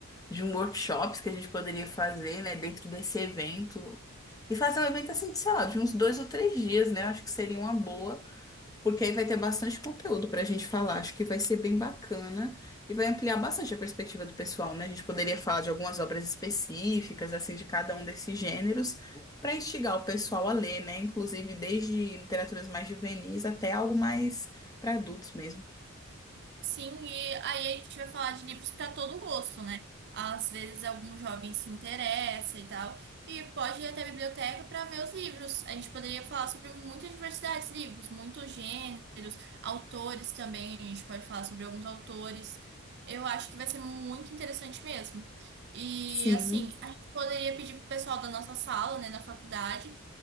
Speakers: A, on the left; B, on the right.
A: de um workshops que a gente poderia fazer, né, dentro desse evento. E fazer um evento assim, de, sei lá, de uns dois ou três dias, né? Acho que seria uma boa. Porque aí vai ter bastante conteúdo para a gente falar. Acho que vai ser bem bacana e vai ampliar bastante a perspectiva do pessoal, né? A gente poderia falar de algumas obras específicas, assim, de cada um desses gêneros, para instigar o pessoal a ler, né? Inclusive desde literaturas mais juvenis até algo mais para adultos mesmo.
B: Sim, e aí a gente vai falar de livros para todo gosto, né? Às vezes algum jovem se interessa e tal, e pode ir até a biblioteca para ver os livros. A gente poderia falar sobre muita diversidade de livros, muitos gêneros, autores também, a gente pode falar sobre alguns autores. Eu acho que vai ser muito interessante mesmo. E
A: Sim,
B: assim, a gente poderia pedir pro pessoal da nossa sala, né, na faculdade,